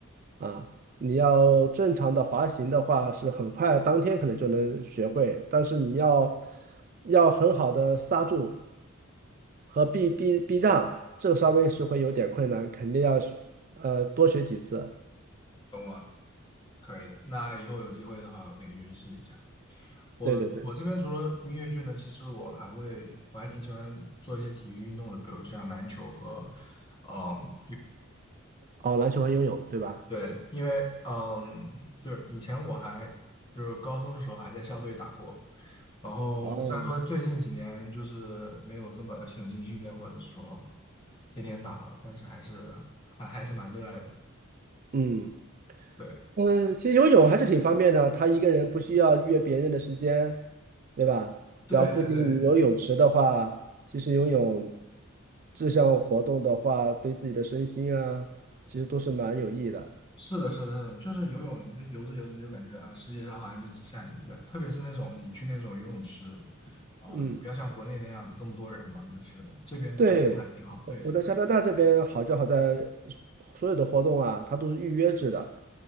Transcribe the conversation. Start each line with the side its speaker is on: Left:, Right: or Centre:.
Right: 啊。你要正常的滑行的话，是很快当天可能就能学会，但是你要要很好的刹住和避避避让，这个稍微是会有点困难，肯定要学呃多学几次。
Left: 懂了，可以的。那以后有机会的话，我可以去试一下。我我这边除了音乐剧呢，
Right: 对对对，
Left: 其实我还会，我还挺喜欢做一些体育运动的，比如像篮球和，嗯，
Right: 哦，篮球和游泳，对吧？
Left: 对，因为嗯，就是以前我还就是高中的时候还在校队打过，然后虽然说最近几年就是没有这么系统性训练或者说
Right: 哦，
Left: 天天打了，但是还是还还是蛮热爱的。
Right: 嗯。
Left: 对，
Right: 嗯，其实游泳还是挺方便的，他一个人不需要约别人的时间，对吧？
Left: 对对对，
Right: 只要附近有泳池的话，其实游泳这项活动的话，对自己的身心啊，其实都是蛮有益的。
Left: 是的，是的，是的，就是游泳，你就游着游着，你就感觉啊，世界上好像就只剩下你一个人特别是那种你去那种游泳池，啊、
Right: 嗯，
Left: 就不要像国内那样这么多人嘛，就是这边的还都还挺好。
Right: 对，我我在加拿大这边好就好在
Left: 对对对，
Right: 所有的活动啊，它都是预约制的